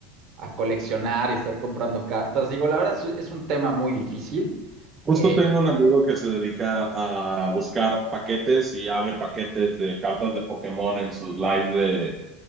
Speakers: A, on the right (about 55°); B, on the right (about 30°).
A: a coleccionar y estar comprando cartas. Digo, la verdad es, es un tema muy difícil.
B: Justo
A: Eh,
B: tengo un amigo que se dedica a buscar paquetes y abre paquetes de cartas de Pokémon en sus lives de,